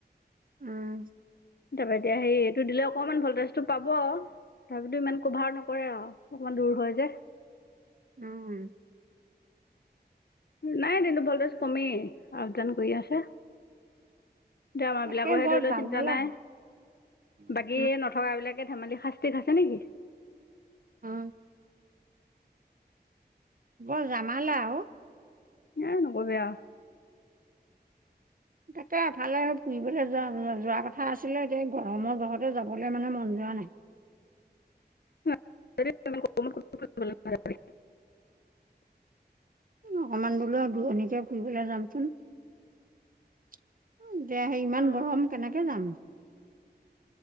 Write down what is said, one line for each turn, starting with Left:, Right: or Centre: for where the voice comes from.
Right: উম।
Left: তাৰাপা এতিয়া সেই এইটো দিলে অকমান ভলটজটো পাব। তাপিতো ইমান কভাৰ নকৰে আৰু অকমান দূৰ হয় যে।
Right: উম।
Left: নাই ণু <unintelligible> ভলদাস কমেই, আপ-দাওন কৰি আছে। ড্ৰামাৰ
Right: তাকে
Left: বিলাকৰহে
Right: বৰ
Left: ধৰি লও
Right: জামালা
Left: চিন্তা নাই। বাকী
Right: উম,
Left: নথকা বিলাকে ধেমালি শাস্তি খাইছে নেকি।
Right: উ। বৰ জমালা ও।
Left: এ নকবি আও।
Right: তাকে এফালে ফুৰিবলৈ যোৱা যোৱা কথা আছিলে, এতিয়া গৰমৰ জহতে যাবলৈ মানে মন যোৱা নাই।
Left: উ। <inaudible> <unintelligible>
Right: অকমান বুলো দূৰণিকে ফুৰিবলে যামচোন। উম, দে হেৰি ইমান
Left: অ
Right: গৰম কেনেকে যাম।